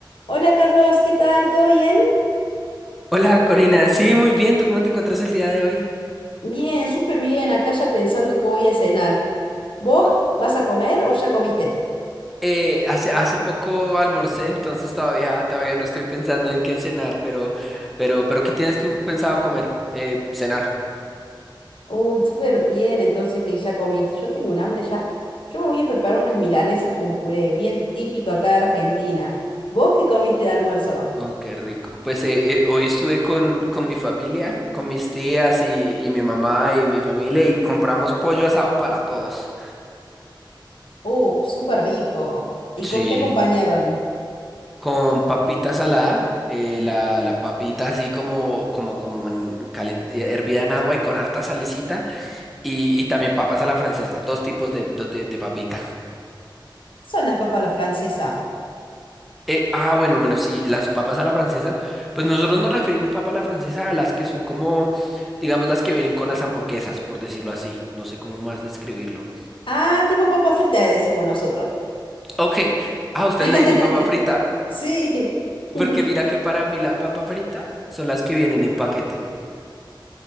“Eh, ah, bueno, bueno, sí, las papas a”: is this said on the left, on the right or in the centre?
Centre